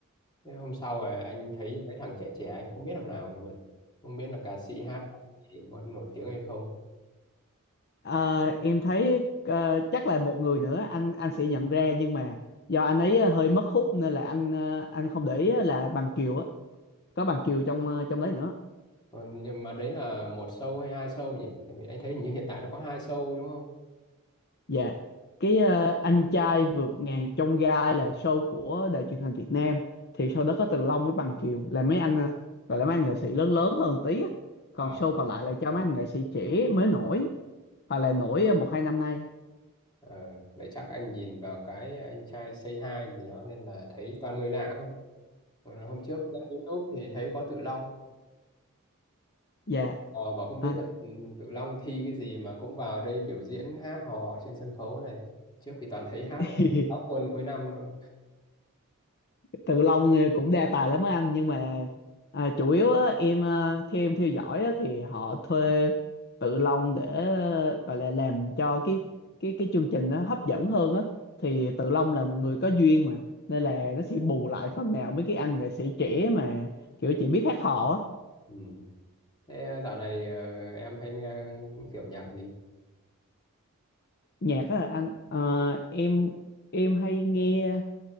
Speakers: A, on the left; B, on the left.
A: thế hôm sau rồi anh thấy mấy thằng trẻ trẻ anh không biết thằng nào luôn không biết là ca sĩ hát thì có nổi tiếng hay không
B: Ờ, em thấy ờ, chắc là một người nữa anh anh sẽ nhận ra nhưng mà do anh ấy ờ, hơi mất hút nên là anh ờ, anh không để ý á là Bằng Kiều á, có Bằng Kiều trong ờ, trong đấy nữa.
A: Ờ, nhưng mà đấy là một show hay hai show nhỉ? Tại vì anh thấy hình như hiện tại nó có hai show đúng không?
B: Dạ, cái ờ, anh trai vượt ngàn chông gai là show của đài truyền hình Việt Nam thì show đó có Từ Long với Bằng Kiều là mấy anh ờ, gọi là mấy anh nghệ sĩ lớn lớn hơn tí á.
A: Ờ,
B: Còn show còn lại là cho mấy anh nghệ sĩ trẻ mới nổi hoặc là nổi ờ, một hai năm nay.
A: Ờ, vậy chắc anh nhìn vào cái anh trai Say Hi gì đó nên là thấy toàn người lạ không? Còn là hôm trước trên YouTube thì thấy có Tự Long.
B: Dạ.
A: Ờ, bảo không biết
B: À.
A: là ừ, Tự Long thi cái gì mà cũng vào đây biểu diễn hát hò trên sân khấu này. Trước thì toàn thấy hát
B: <laughs>
A: ở áo quân cuối năm thôi.
B: Tự Long ờ, cũng đa tài lắm á anh nhưng mà à, chủ yếu á, em ờ, theo em theo dõi á, thì họ thuê Tự Long để ờ, gọi là làm cho cái cái cái chương trình nó hấp dẫn hơn á thì Tự Long là một người có duyên mà nên là nó sẽ bù lại phần nào mấy cái anh nghệ sĩ trẻ mà kiểu chỉ biết hát hò á
A: Ừ. Thế dạo này ờ, em hay nghe kiểu nhạc gì?
B: nhạc á anh ờ, em em hay nghe